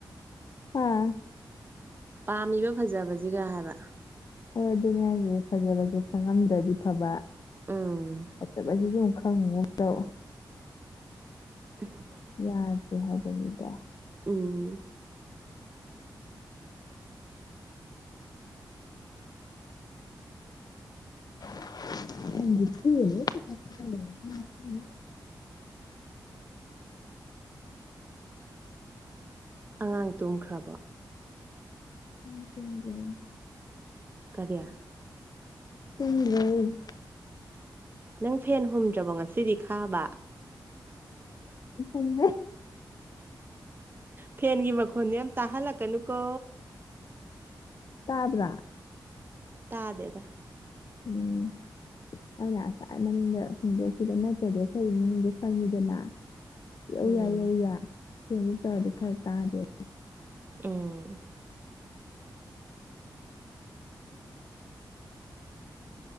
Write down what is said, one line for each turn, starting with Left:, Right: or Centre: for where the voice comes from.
Left: ꯑꯥ
Right: ꯄꯥꯝꯃꯤꯕ ꯐꯖꯕꯁꯤꯒ ꯍꯥꯏꯕ
Left: ꯍꯣꯏ ꯑꯗꯨꯅꯦ ꯍꯥꯏꯖꯦ ꯐꯖꯥꯕꯁꯦ ꯈꯪꯉꯝꯗ꯭ꯔꯗꯤ ꯐꯥꯕ
Right: ꯎꯝ
Left: ꯐꯠꯇꯕꯅꯤꯀꯣ ꯈꯪꯒꯤꯒꯨꯝ ꯇꯧꯕ
Right: ꯎ <inaudible>
Left: ꯌꯥꯔꯁꯦ ꯍꯥꯏꯕꯅꯤꯗ
Right: ꯎꯝ
Left: <inaudible>
Right: ꯑꯉꯥꯡ ꯇꯨꯝꯈ꯭ꯔꯕ
Left: <inaudible>
Right: ꯀꯔꯤ
Left: ꯇꯨꯝꯒꯤꯔꯣꯏ ꯑꯗꯣꯏꯅꯤ
Right: ꯅꯪ ꯐꯦꯟ ꯍꯨꯝꯗ꯭ꯔꯕꯣ ꯉꯁꯤꯗꯤ ꯈꯥꯕ
Left: ꯍꯨꯝꯃꯦ
Right: ꯐꯦꯟꯒꯤ ꯃꯈꯣꯟꯗꯣ ꯌꯥꯝ ꯇꯥꯍꯜꯂꯛꯀꯅꯨꯀꯣ
Left: ꯇꯥꯕ꯭ꯔꯥ
Right: ꯇꯥꯗꯦꯗ
Left: ꯎꯝ ꯑꯗꯨꯅ ꯉꯁꯥꯏ ꯃꯅꯤꯡꯗ ꯍꯣꯡꯗꯣꯛꯈꯤꯕꯈꯤꯕ ꯅꯠꯇ꯭ꯔꯗꯤ ꯑꯩꯈꯣꯏꯒꯤ ꯏꯅꯤꯡꯗ ꯐꯪꯈꯤꯗꯅ ꯌꯧ
Right: ꯎꯝ
Left: ꯌꯥ ꯌꯧ ꯌꯥ ꯇꯥꯗꯦ ꯈꯔ ꯇꯥꯗꯦ
Right: ꯎꯝ <inaudible>